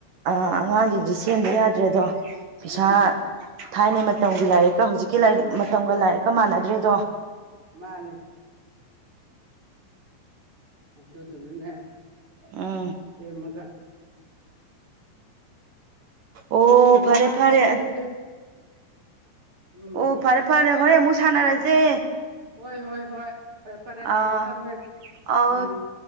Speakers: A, on the right; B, on the right.
A: ꯑꯉꯥꯡꯁꯤꯡꯗꯤ ꯁꯦꯝꯕ ꯌꯥꯗ꯭ꯔꯦ ꯑꯗꯣ ꯄꯩꯁꯥ
B: ꯎꯝ
A: ꯊꯥꯏꯅ ꯃꯇꯝꯒꯤ ꯂꯥꯏꯔꯤꯛꯀ ꯍꯧꯖꯤꯛꯀꯤ ꯂꯥꯏꯔꯤꯛ ꯃꯇꯝꯒ ꯂꯥꯏꯔꯤꯛꯀ ꯃꯥꯟꯅꯗ꯭ꯔꯦꯗꯣ
B: ꯃꯥꯅꯦ ꯑꯗꯨ ꯑꯗꯨ ꯅꯅꯦ
A: ꯎꯝ
B: ꯍꯃꯒ
A: ꯑꯣ
B: ꯪ
A: ꯐꯔꯦ
B: ꯃꯄꯥꯟꯅ
A: ꯐꯔꯦ
B: ꯁꯤꯗ ꯂꯩꯕꯗꯨ ꯎꯝ
A: ꯑꯣ ꯐꯔꯦ ꯐꯔꯦ ꯍꯣꯔꯦꯟ ꯑꯃꯨꯛ ꯁꯥꯟꯅꯔꯁꯦ
B: ꯍꯣꯏ ꯍꯣꯏ ꯍꯣꯏ ꯐꯔꯦ ꯐꯔꯦ ꯊꯝꯃꯦ
A: ꯑꯥ
B: ꯊꯝꯃꯦ
A: ꯑꯥꯎ
B: ꯎꯝ